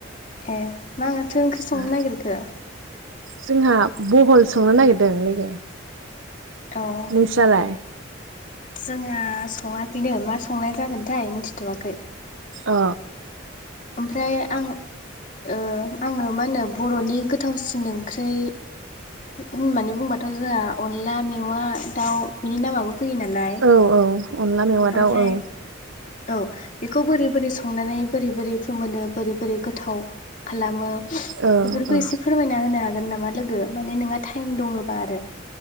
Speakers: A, on the left; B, on the right.
A: ए माथो ओंख्रि संनो
B: ओ
A: नागिरखो?
B: जोंहा बहल संनो नागिरदों लोगो।
A: औ
B: नोंस्रालाय?
A: जोंहा सङाखैनो मा संनाय जागोनथाय मिथिथ'वाखै।
B: अ
A: ओमफ्राय आं ओ आङो मा होनो बर'नि गोथावसिन ओंख्रै होननानै बुंबाथ' जोंहा अनला मेवा दाउ बिनि नामाबो फैयो नालाय
B: औ औ अनला मेवा
A: ओमफ्राय
B: दाउ औ
A: औ बेखौ बोरै बोरै संनानै बोरै बोरै फोमोनो बोरै बोरै गोथाव खालामो बेफोरखौ
B: औ औ
A: एसे फोरमायना होनो हागोन नामा लोगो? माने नोंहा टाइम दङबा आरो